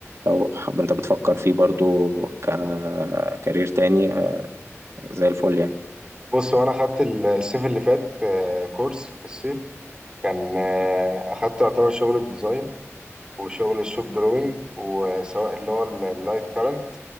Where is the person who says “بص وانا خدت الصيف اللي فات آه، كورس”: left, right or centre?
Right